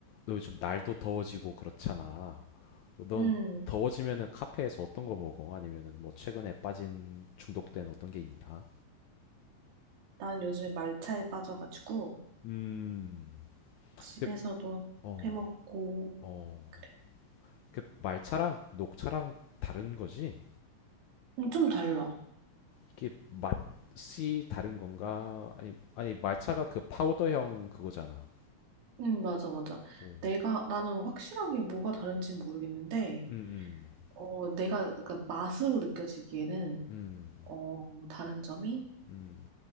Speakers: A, on the left; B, on the right.
A: 너 요즘 날도 더워지고 그렇잖아. 뭐 넌
B: 음,
A: 더워지면은 카페에서 어떤 거 먹어? 아니면은 뭐 최근에 빠진 중독된 어떤 게 있나?
B: 난 요즘에 말차에 빠져가지고
A: 음.
B: 집에서도
A: 그, 어,
B: 해먹고
A: 어.
B: 그래.
A: 그 말차랑 녹차랑 다른 거지?
B: 음, 좀 달라.
A: 이게 맛이 다른 건가? 아니, 아니 말차가 그 파우더형 그거잖아.
B: 음, 맞아, 맞아.
A: 오.
B: 내가 나는 확실하게 뭐가 다른지 모르겠는데,
A: 음, 음,
B: 어, 내가 그러니까 맛으로 느껴지기에는
A: 음,
B: 어, 다른 점이
A: 음.